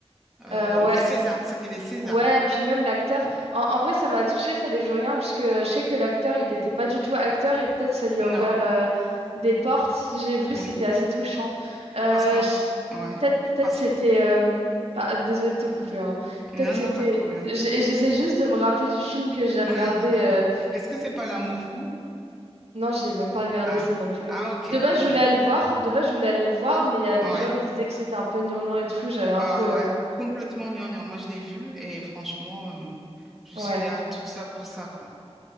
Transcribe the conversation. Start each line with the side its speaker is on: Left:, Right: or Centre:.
Centre: Euh,
Right: euh, ouais,
Centre: ou les Césars, c'était les Césars.
Right: Ouais, puis même l'acteur. En, en vrai, ça m'a touché fallait que je regarde, parce que je sais que l'acteur, il n'était pas du tout acteur et peut-être ça lui a ouvert
Centre: Non,
Right: euh, des portes. J'ai vu,
Centre: oui,
Right: c'était assez touchant. Euh,
Centre: parce qu'en
Right: je-
Centre: ouais,
Right: peut-être peut-être
Centre: parce
Right: c'était.
Centre: que
Right: euh, bah, désolée de te couper. hein. Peut-être
Centre: non
Right: c'était.
Centre: non, pas de problème.
Right: j'ai- J'essaie juste de me rappeler du film que j'ai regardé.
Centre: <laughs>
Right: euh,
Centre: Est-ce que c'est pas l'amour fou?
Right: Non, j'ai même pas regardé
Centre: Ah.
Right: ça non plus.
Centre: Ah OK,
Right: De base,
Centre: OK.
Right: je voulais aller le voir. De base, je voulais aller le voir, mais il y a des
Centre: Ouais.
Right: gens, ils disaient que c'était un peu gnangnan et tout. J'avais un
Centre: Ah
Right: peu. euh,
Centre: ouais, complètement gnangnan. Moi je l'ai vu et franchement euh, bon, je
Right: Ouais.
Centre: me suis dit ah tout ça pour ça quoi.